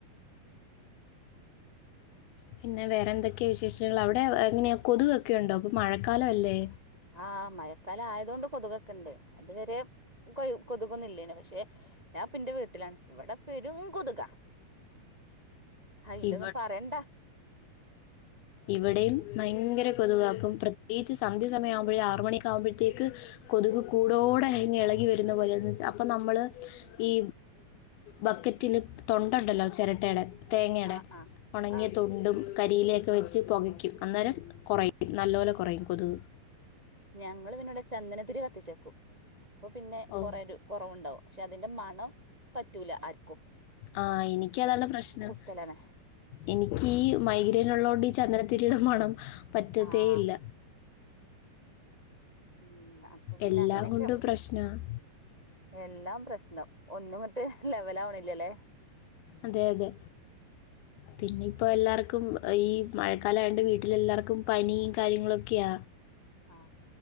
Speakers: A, on the left; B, on the right.
A: പിന്നെ വേറെ എന്തൊക്കെയാ വിശേഷങ്ങൾ അവിടെ എങ്ങനെയാ കൊതുകൊക്കെ ഉണ്ടോ ഇപ്പൊ മഴക്കാലം അല്ലേ
B: ആഹ മഴക്കാലം ആയതൊണ്ട് കൊതുകൊക്കെണ്ട് അതുവരെ കൊതുക്കുന്നില്ലേന് പക്ഷെ ഞാൻ ഇപ്പേന്റെ വീട്ടിലാണ് ഇവിടെ പെരും കൊതുകാ അയിന്റെയൊന്നും
A: ഇ
B: പറയണ്ട
A: ഇവിടെയും ഭയങ്കര കൊതുകാപ്പോ പ്രത്യേകിച്ച് സന്ധ്യ സമയംവുമ്പോഴേ ആറ മണിക്ക ആകുമ്പോഴത്തേക്ക് കൊതുക് കൂടടെ
B: ആ
A: ഇങ്ങി ഇളകി വരും. പോലെ അപ്പോൾ നമ്മള് ഈ ബക്കറ്റില് തൊണ്ട ഉണ്ടല്ലോ ചിരട്ടയുടെ തേങ്ങ്ടെ
B: ആ ആ
A: ഉണങ്ങിയ
B: ആ
A: തൊണ്ടും - കരിയിലൊക്കെ വെച്ച് പുകയ്ക്കും അന്നേരം കൊറയുംയും നല്ല പോലെ കൊറയും കൊതുക്
B: ഞങ്ങളും പിന്നോട് ചന്ദനതിരി കത്തിച്ചേക്കും അപ്പൊ പിന്നെ
A: ഓ
B: കുറ ഒരു കുറവുണ്ടാവും പക്ഷെ അതിന്റെ മണം പറ്റൂല ആർ
A: ആഹ എനിക്ക് അതുള്ള പ്രശ്നം
B: കുത്തലാണ്
A: എനിക്ക്മൈക രിനള്ളോണ്ട് ഈ ചന്ദനത്തിരിയുടെ മണം പറ്റത്തേ
B: ആഹ്
A: ഇല്ല
B: ഉ അപ്പൊ പിന്നെ
A: എല്ലാം
B: അങ്ങനെയൊക്കെ
A: കൊണ്ടും പ്രശ്നമാണ്
B: എല്ലാം പ്രശ്നം ഒന്നും മറ്റേ ലെവല ആവണില്ലല്ലേ
A: അതെ അതെ പിന്നെ ഇപ്പോ എല്ലാവർക്കും ഈ മഴക്കാലംയണ്ട് വീട്ടില എല്ലാവർക്കും പനിയും കാര്യങ്ങളൊക്കെയ
B: ആഹ